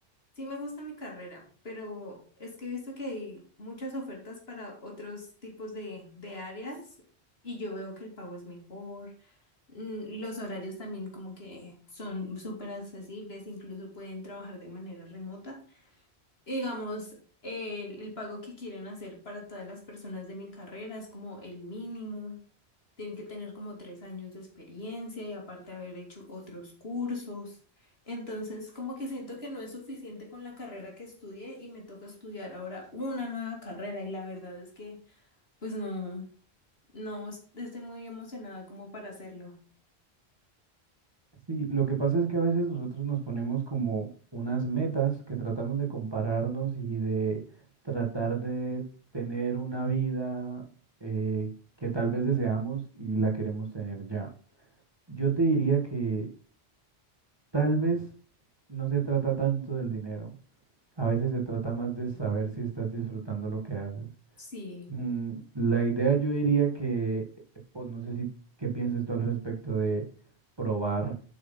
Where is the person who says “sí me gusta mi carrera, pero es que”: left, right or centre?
Left